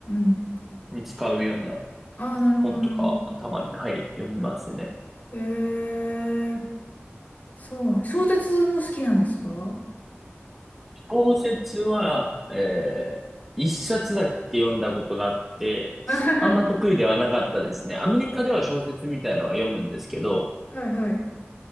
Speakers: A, on the left; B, in the centre.
A: ん。
B: に使うような
A: ああ、なるほど、
B: 本とかはたまに、
A: なるほど。
B: はい、読みますね。
A: ええ、そうなん。小説も好きなんですか <laughs>
B: 小説は、えー、一冊だけ読んだことがあって、
A: は
B: あんま得意ではなかったですね。アメリカでは小説みたいのは読むんですけど、
A: いはい。